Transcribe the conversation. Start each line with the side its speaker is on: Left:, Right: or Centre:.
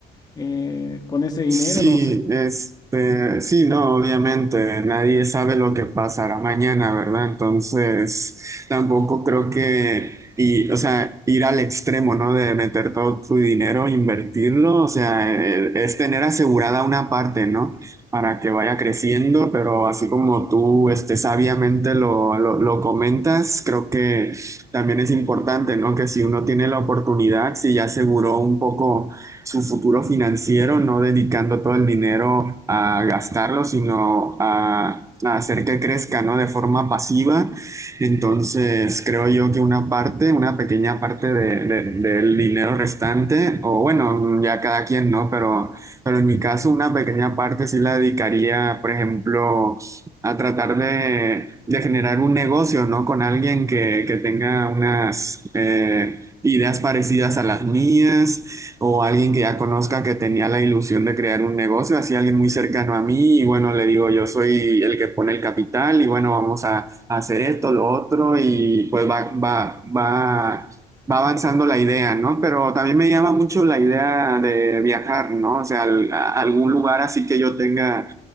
Left: eh, con ese dinero?
Right: Sí,
Left: No sé.
Right: este, sí, no, obviamente, nadie sabe lo que pasará mañana, ¿verdad? Entonces, tampoco creo que, y, o sea, ir al extremo, ¿no? De meter todo tu dinero, invertirlo, o sea, eh, es tener asegurada una parte, ¿no? Para que vaya creciendo, pero así como tú, este, sabiamente lo, lo, lo comentas, creo que también es importante, ¿no? Que si uno tiene la oportunidad, si ya aseguró un poco su futuro financiero, no dedicando todo el dinero a gastarlo, sino a, a hacer que crezca, ¿no? De forma pasiva. Entonces, creo yo que una parte, una pequeña parte de- de- del dinero restante, o bueno, ya cada quien, ¿no? Pero, pero en mi caso, una pequeña parte sí la dedicaría, por ejemplo, a tratar de, de generar un negocio, ¿no? Con alguien que, que tenga unas... eh, ideas parecidas a las mías o alguien que ya conozca que tenía la ilusión de crear un negocio, así alguien muy cercano a mí y bueno, le digo, yo soy el que pone el capital y bueno, vamos a, a hacer esto, lo otro y pues va, va, va, va avanzando la idea, ¿no? Pero también me llama mucho la idea de viajar, ¿no? O sea, al- a algún lugar así que yo tenga